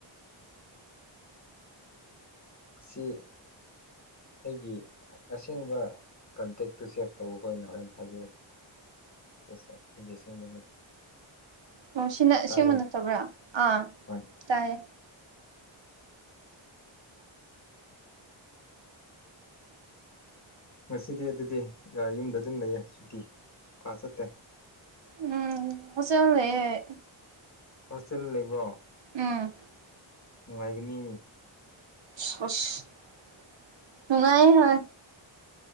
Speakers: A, on the left (about 35°); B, on the right (about 65°).
A: ꯁꯤ ꯑꯩꯒꯤ ꯑꯁꯦꯡꯕ ꯀꯟꯇꯦꯛꯇꯨ ꯆꯦꯚ ꯇꯧꯕ ꯑꯣꯏꯅ ꯍꯣꯔꯦꯟ ꯊꯥꯕꯤꯔꯛꯀꯦ ꯁꯤꯁꯦ ꯑꯩꯒꯤꯁꯦꯡꯕ ꯅꯠꯇꯦ
B: ꯑꯣ ꯁꯤꯅ
A: ꯇꯥꯕ꯭ꯔꯣ
B: ꯁꯦꯡꯕ ꯅꯠꯇꯕ꯭ꯔꯥ ꯑꯥ
A: ꯍꯣꯏ
B: ꯇꯥꯏꯌꯦ
A: ꯉꯁꯤꯗꯤ ꯑꯗꯨꯗꯤ ꯌꯨꯝꯗ ꯑꯗꯨꯝ ꯂꯩꯌꯦ ꯁꯨꯇꯤ ꯀꯥꯁ ꯆꯠꯇꯦ
B: ꯎꯝ ꯍꯧꯁ ꯂꯩꯦꯦ
A: ꯍꯣꯁꯇꯦꯜ ꯂꯩꯕ꯭ꯔꯣ
B: ꯎꯝ
A: ꯅꯨꯡꯉꯥꯏꯒꯅꯤ
B: ꯊꯨꯡꯉꯥꯏ ꯍ